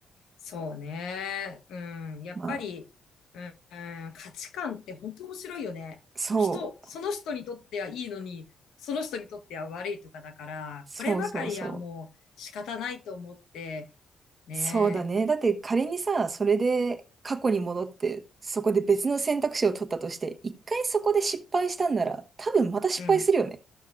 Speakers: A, on the left; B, on the right.
A: そうね。うん。やっぱり、
B: まあ、
A: うん、うん価値観って本当面白いよね。
B: そう、
A: 人、その人にとってはいいのに、その人にとっては悪いとかだから、
B: そうそうそう。
A: こればかりはもう仕方ないと思って、ね。
B: そうだね。だって仮にさ、それで過去に戻って、そこで別の選択肢を取ったとして、一回そこで失敗したんなら、多分また失敗するよね。
A: うん。